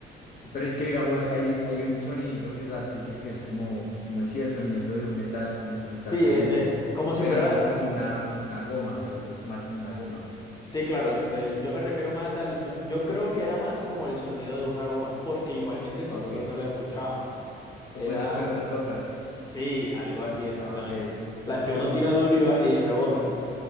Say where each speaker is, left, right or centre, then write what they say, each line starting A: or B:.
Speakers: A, on the left; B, on the left.
A: Pero es que, digamos, hay, hay un sonidito que es las piques, que es como, como el, sí, el sonidito de un metal, como cristal
B: Sí,
A: cayendo,
B: eh, eh, como si
A: pero
B: fuera
A: el otro es como una, como una goma, el otro es más como una goma.
B: Sí, claro, eh, yo me refiero más al son- yo creo que era más como el sonido de una goma, porque igualmente nosotros
A: Ah, ok.
B: no lo escuchábamos.
A: Como
B: Era,
A: esas pelotas locas.
B: sí, algo así exactamente.
A: Ah, ok.
B: Las que uno tira duro y, va- y rebotan.